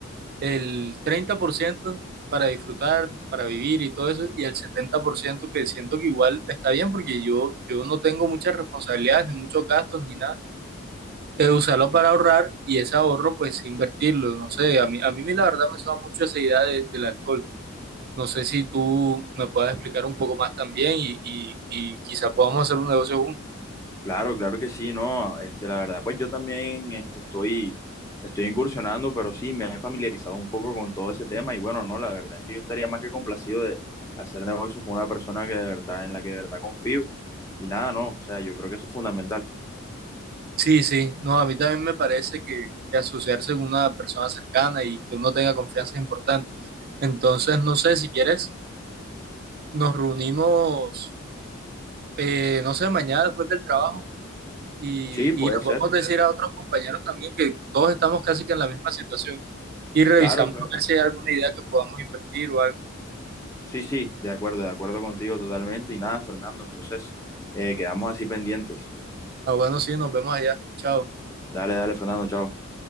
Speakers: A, on the right; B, on the left.
A: el 30% para disfrutar, para vivir y todo eso, y el 70% que siento que igual está bien porque yo, yo no tengo muchas responsabilidades, ni muchos gastos, ni nada. Eh, usarlo para ahorrar y ese ahorro pues invertirlo, no sé, a mí, a mí la verdad me suena mucho esa idea de- del alcohol. No sé si tú me puedas explicar un poco más también y, y, y quizá podamos hacer un negocio juntos.
B: Claro, claro que sí, no, este, la verdad, pues yo también, este, estoy, estoy incursionando, pero sí, me he familiarizado un poco con todo ese tema y bueno, no, la verdad es que yo estaría más que complacido de hacer negocios con una persona que de verdad, en la que de verdad confío y nada, no, o sea, yo creo que eso es fundamental.
A: Sí, sí, no, a mí también me parece que, que asociarse con una persona cercana y que uno tenga confianza es importante. Entonces, no sé, si quieres, nos reunimos, eh, no sé, mañana después del trabajo y,
B: Sí, puede
A: y lo
B: ser,
A: podemos decir a otros compañeros también que todos estamos casi que en la misma situación y revisamos
B: claro, claro.
A: a ver si hay alguna idea que podamos invertir o algo.
B: Sí, sí, de acuerdo, de acuerdo contigo totalmente y nada, Fernando, entonces, eh, quedamos así pendientes.
A: Ah, bueno, sí, nos vemos allá. Chao.
B: Dale, dale, Fernando, chao.